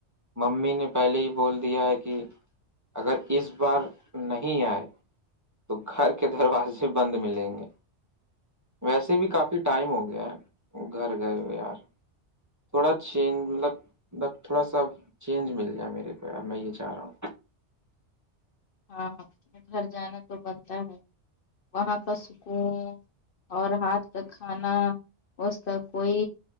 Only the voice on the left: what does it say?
ہاں گھر جانا تو بنتا ہے وہاں کا سکون اور ہاتھ کا کھانا اس کا کوئی